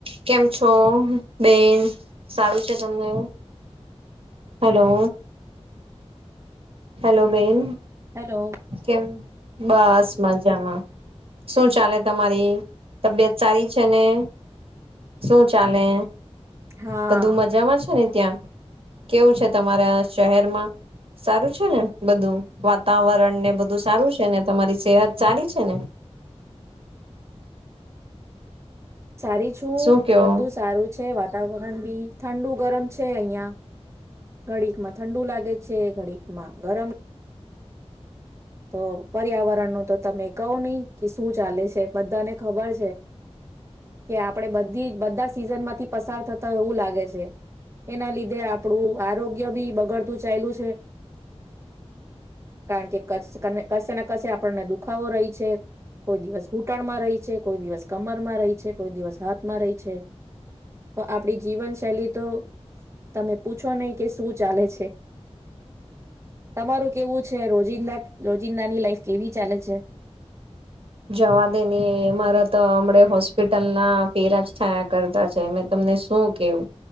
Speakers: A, on the right; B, on the right.
A: કેમ છો, બેન સારું છે તમને? હલો. હેલો બેન.
B: હેલો
A: કેમ? બસ મજામાં. શું ચાલે તમારી તબિયત સારી છે ને, શું ચાલે?
B: હા
A: બધું મજામાં છે ને ત્યાં? કેવું છે તમારા શહેરમાં સારું? ને બધું વાતાવરણ ને બધું સારું છે ને, તમારી સેહત સારી છે ને?
B: સારી છું,
A: શું કયો
B: બધું સારું છે વાતાવરણ બી ઠંડુ ગરમ છે અહિયાં. ઘડીકમાં ઠંડુ લાગે છે ઘડીકમાં ગરમ તો પર્યાવરણ નું તો તમે કઈ નહી કે શું ચાલે છે બધાને ખબર છે કે આપે બધી બધા સીઝન માંથી પસાર થતા હોય એવું લાગે છે. એના લીધે આપણું આરોગ્ય બી બગડતું ચાલલ્યું છે. કારણ કે કશે ને કશે આપણને દુખાવો રહી છે કોઈ દિવસ ઘૂંટણમાં રહી છે, કોઈ દિવસ કમરમાં રહી છે, કોઈ દિવસ હાથમાં રહી છે તો આપડી જીવનશૈલી તો તમે પૂછો નહી કે સુું ચાલે છે. તમારું કેવું છે રોજિંદા રોજિંદાની લાઈફ કેવી ચાલે છે?
A: જવા દેની મારા તો હમ હોસ્પિટલના ફેરાજ થયા કરતા છે મેં તમને શું કેવું